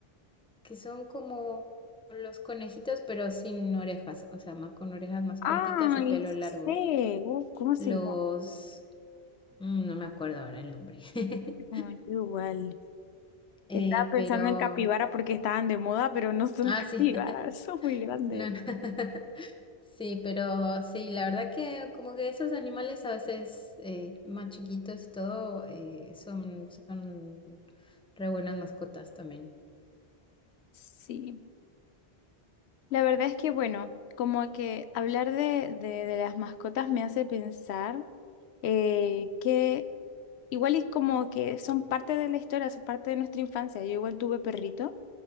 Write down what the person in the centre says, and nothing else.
que son como los conejitos pero sin orejas, o sea, más con orejas más
cortitas y pelo
largo.
Los,
mm, no me acuerdo ahora el nombre. <laughs>
Eh,
pero,
ah,
sí, <laughs>
no, no. <laughs> Sí, pero sí, la verdad que como que esos animales a veces eh, más chiquitos y todo eh, son, son re buenas mascotas también.